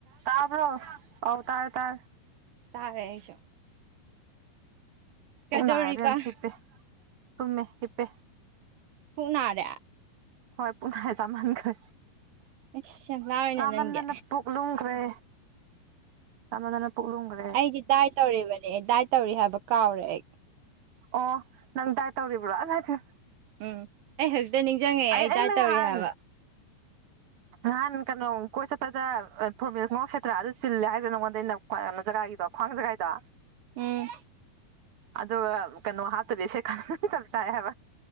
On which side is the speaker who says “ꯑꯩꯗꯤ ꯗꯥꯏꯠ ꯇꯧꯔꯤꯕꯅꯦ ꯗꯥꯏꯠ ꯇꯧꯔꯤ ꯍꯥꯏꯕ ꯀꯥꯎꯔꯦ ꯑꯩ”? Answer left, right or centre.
Right